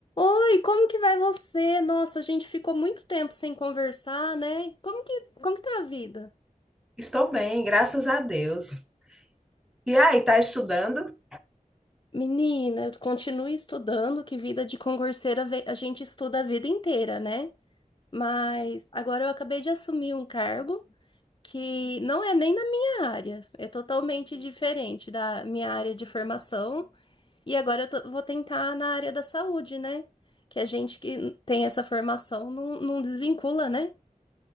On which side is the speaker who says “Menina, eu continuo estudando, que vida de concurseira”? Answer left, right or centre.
Left